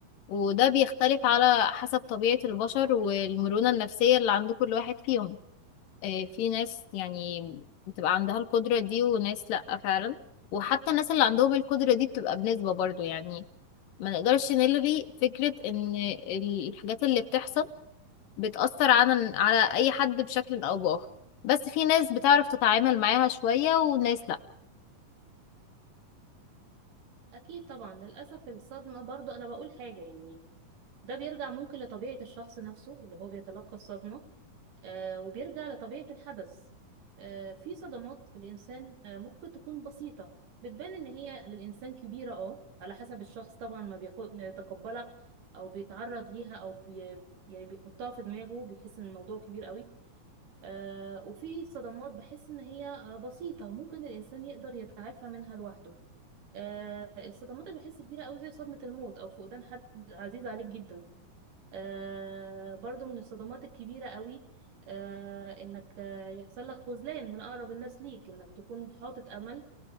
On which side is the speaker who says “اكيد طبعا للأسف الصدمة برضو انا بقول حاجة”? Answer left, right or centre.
Right